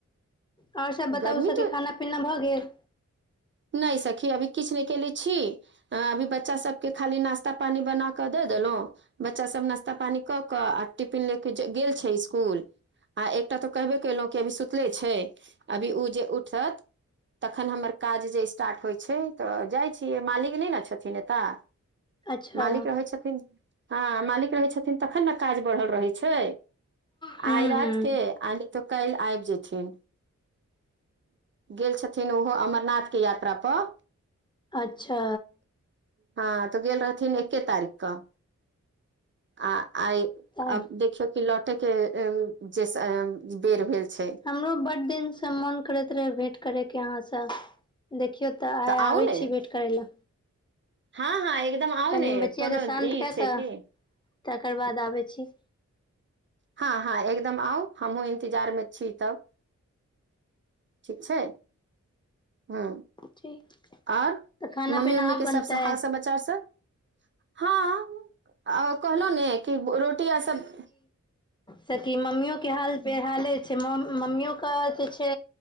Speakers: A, on the left; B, on the right.
A: आओर सब बताउ
B: गर्मी
A: सखी
B: तऽ
A: खाना पीना भऽ गेल
B: नहि सखी अभी किछु नहि केने छी अ अभी बच्चा सभके खाली नास्ता पानी बना कऽ दऽ देलहुँ बच्चा सब नास्ता पानी कऽ कऽ आ टिफिन ले क गेल छै स्कुल आ एक टा ऽ कहबे कलहुं कि अभी सुतले छै अभी ओ जे उठत तखन हमर काज जे स्टार्ट होइत छै तऽ जाय छियै मालिक नहि न छथिन एतय
A: अच्छा
B: मालिक रहै छथिन हँ मालिक रहैत छथिन तखन न काज बढ़ल रहैत छै
A: हूँ
B: आइ राति
A: हूँ
B: के आ नै तऽ काल्ह आऐब जेथिन गेल छथिन ओहो अमरनाथ के यात्रा पर
A: अच्छा
B: हँ तऽ गेल रहथिन एके तारीख कऽ आ आइ
A: तऽ
B: अब देखियौ कि लौटे के जे बेर भेल छै
A: हमरो बड दिन से मन करैत रहे भेंट करे के अहाँ से देखियो तऽ आय
B: आउ
A: आबै
B: ने
A: छी भेट करै लए
B: हँ हँ एकदम आउ
A: कनि
B: ने
A: बचियाके
B: कोनो
A: शान्त
B: ई
A: कए
B: छै
A: कऽ
B: कि
A: तकर बाद आबै छी
B: हँ हँ एकदम आउ हमहुँ इंन्तजार मे छी तब ठीक छै हँ
A: ठीक
B: आओर
A: तऽ खाना
B: मम्मी
A: पीना
B: उम्मी
A: आब
B: के सबसँ
A: बनतै
B: हाल समचार सब हँ आ कहलहु ने कि रोटी आर सभ
A: सखि मम्मियो के हाल बेहाले छै मम्मियो के जे छै